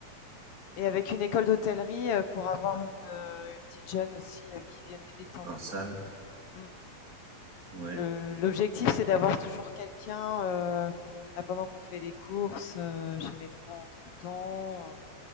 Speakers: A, on the left; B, on the right.
A: Et avec une école d'hôtellerie euh, pour avoir une, euh, une petite jeune aussi euh, qui vienne m'aider de temps
B: en
A: en
B: salle.
A: temps. Mm.
B: Ouais.
A: Le- l'objectif, c'est d'avoir toujours quelqu'un euh, là, pendant qu'on fait les courses euh, chez Métro entre-temps, euh,